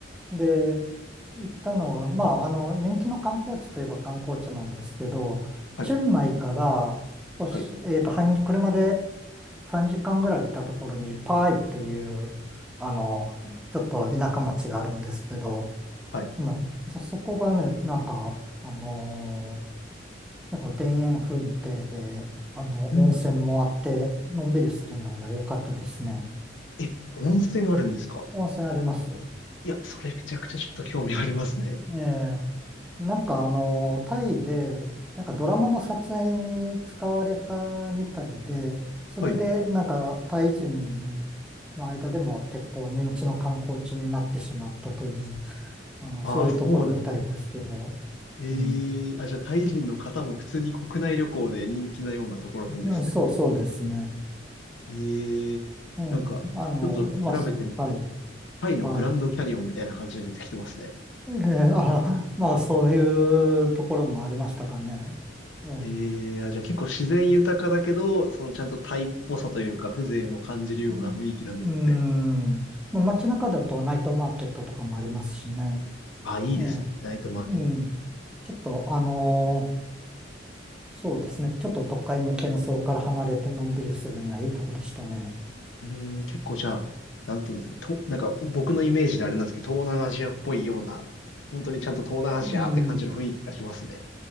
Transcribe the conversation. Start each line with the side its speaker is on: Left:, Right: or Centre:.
Centre: で、行ったのが、まあ、あの、人気の観光地といえば観光地なんですけど、
Left: はい、
Centre: チェンマイから少し、
Left: はい、
Centre: えっと、半車で3時間ぐらい行ったところに、パーイっていう、あの、ちょっと田舎町があるんですけど、
Left: はい。
Centre: まあ、そそこがね、なんか、あのーなんか田園風景で、あの、
Left: うん、
Centre: 温泉もあって、
Left: うん。
Centre: のんびりするのには良かったですね。
Left: え、温泉あるんですか
Centre: 温泉あります。
Left: いや、それめちゃくちゃちょっと興味ありますね。
Centre: ええなんかあの、タイで、なんかドラマの撮影に使われたみたいで、それでなんかタイ人の間でも結構人気の観光地になってしまったという、
Left: はい。
Centre: あの、
Left: ああ、
Centre: そういうところみたいですけど、
Left: そうなんです。ええあ、
Centre: うん。
Left: じゃあ、タイ人の方も普通に国内旅行で人気なようなところなんですね。
Centre: うんそうそうですね。
Left: ええなんか、
Centre: ええあの、
Left: ちょっと調べてみたら、
Centre: まあ、そうはい、
Left: タイのグランドキャニオンみたいな感じで出てきてますね。
Centre: はい。ええあ、まあ、そういうところもありましたかね。ええ
Left: ええあ、じゃあ結構自然豊かだけど、そのちゃんとタイっぽさというか、風情も感じるような雰囲気なんですかね。
Centre: うん。うんまあ、街中だとナイトマーケットとかもありますしね。
Left: あ、いいですね。
Centre: ええ。
Left: ナイトマーケット
Centre: うん。ちょっと、あのーそうですね。ちょっと都会の喧騒から離れてのんびりするにはいいとこでしたね。
Left: うーん、結構じゃあ、なんていうんですか、と、なんか僕のイメージであれなんですけど、東南アジアっぽいような、本当にちゃんと東南アジアって感じの雰囲気がしますね。
Centre: うん。